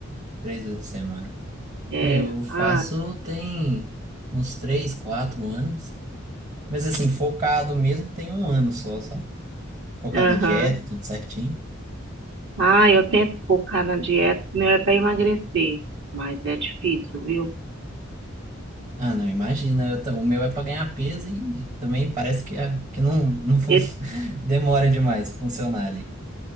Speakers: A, on the right (about 40°); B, on the right (about 60°).
A: Três vezes na semana.
B: É,
A: É, eu faço
B: ah,
A: tem uns três, quatro anos. Mas assim, focado mesmo tem um ano só, sabe? Focado
B: aham.
A: na dieta, tudo certinho.
B: Ah, eu tento focar na dieta, que meu é para emagrecer, mas é difícil, viu?
A: Ah, não, imagina. eu ta- o meu é pra ganhar peso e também parece que, a- que não, não fun-
B: Esse
A: <laughs> demora demais pra funcionar ali.